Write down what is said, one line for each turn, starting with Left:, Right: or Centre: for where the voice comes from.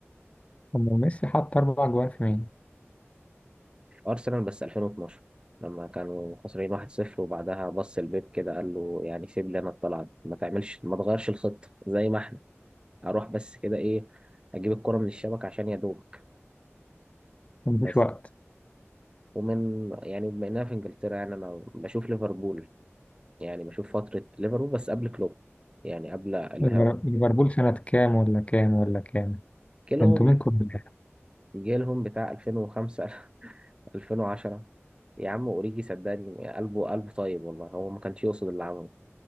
Left: طب ما ميسي حط أربع جوان في مين؟
Right: ارسنال بس 2012 لما كانوا خسرانين 1-0 وبعدها بص البيب كده قال له يعني سيب لي انا الطلعه دي ما تعملش ما تغيرش الخطه زي ما احنا اروح بس كده ايه اجيب الكره من الشبكه عشان يا دوبك
Left: مفيش
Right: بس
Left: وقت
Right: ومن يعني بما اننا في انجلترا يعني انا بشوف ليفربول يعني بشوف فترة ليفربول بس قبل كلوب يعني قبل الهوا
Left: ليفر- ليفربول سنة كام ولا كام ولا كام؟
Right: جيلهم
Left: ده انتوا منكم بالله
Right: جيلهم بتاع 2005 2010 <laughs> يا عم اوريجي صدقني قلبه قلبه طيب والله هو ما كانش يقصد اللي عمله